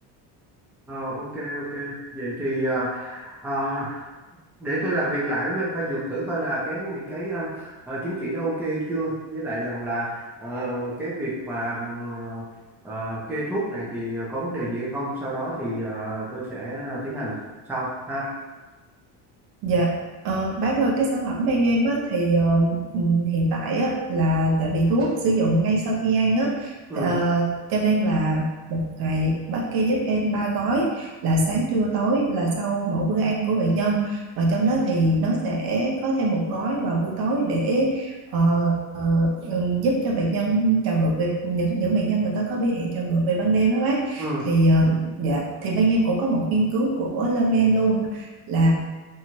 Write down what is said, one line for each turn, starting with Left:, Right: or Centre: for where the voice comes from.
Centre: Ờ, ok ok. Vậy thì ờ, ờ, để tôi làm việc lại với bên khoa dược thử coi là cái những cái um, ờ, chứng chỉ đó ok chưa với lại rằng là ờ, cái việc mà ừm, ờ, ờ, kê thuốc này thì có vấn đề gì hay không sau đó thì ờ, tôi sẽ tiến hành sau ha
Right: Dạ, ờ, bác ơi cái sản phẩm bên em á, thì ờ, ừm, hiện tại á, là tại vì thuốc sử dụng ngay sau khi ăn á,
Centre: ừ
Right: ờ, cho nên là một ngày bác kê giúp em ba gói là sáng trưa tối là sau mỗi bữa ăn của bệnh nhân và trong đó thì nó sẽ có thêm một gói vào bữa tối để ờ, ừm, giúp cho bệnh nhân trào ngược về những những bệnh nhân người ta có biểu hiện trào ngược về ban đêm đó bác
Centre: ừ
Right: thì ờ, dạ thì bên em cũng có một nghiên cứu của Le Monde luôn là